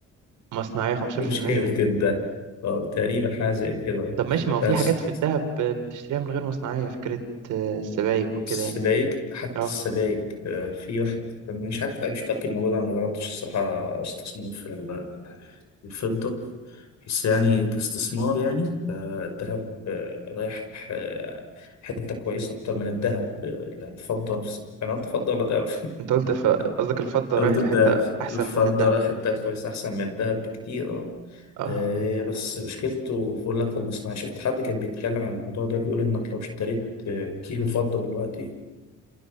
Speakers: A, on the right (about 85°); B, on the left (about 65°).
A: مصنعية 15%
B: دي مشكلة ده اه تقريبا حاجة زي كده
A: طب ماشي ما هو
B: بس
A: في حاجات في الدهب بتشتريها من غير مصنعية فكرة آه، السبائك وكده
B: السبايك
A: يعني
B: حتى
A: اه
B: السبايك آه، في واحدة مش عارف مش متأكد من الموضوع ده، أنا ما جربتش الصراحة استصنف ال- الفضة بس يعني كاستثمار يعني فالذهب آه، رايح آه، حته كويسه اكتر من الذهب يعني الفضه نفس انا قلت فضه ولا ذهب
A: انت قلت ف- قصدك
B: <laughs>
A: الفضة
B: قلت
A: رايح
B: الذهب
A: لحتة أحسن
B: الفضه
A: من الدهب
B: رايح حته كويسه احسن من الذهب بكتير اه
A: اه
B: آه، بس مشكلته بقول لك في المصنع شفت حد كان بيتكلم عن الموضوع ده بيقول انك لو اشتريت آه، كيلو فضه دلوقتي